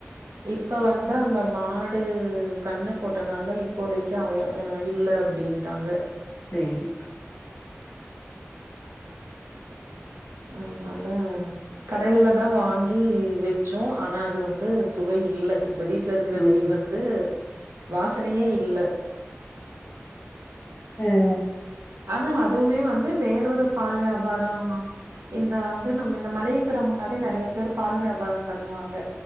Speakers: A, on the right (about 80°); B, on the left (about 45°).
A: இப்ப வந்து அந்த மாடு கண்ணு போட்டனால இப்போதைக்கு அவ அவன் இல்ல டின்டாங்க
B: செரி
A: ஆமால கடையல தான் வாங்கி வெச்சோம் ஆனா அது வந்து சுவை இல்ல இப் இப்ப வீட்ல இருக்ற
B: ம்
A: நெய் வந்து வாசனையே இல்ல
B: அ
A: ஆனா அதுவுமே வந்து வேறொரு பால் வியாபாரோம் இந்த வந்து நம்ம இந்த மலிக கட முன்னாடி நறைய பேர் பால் வியாபாரோம் பண்ணுவாங்க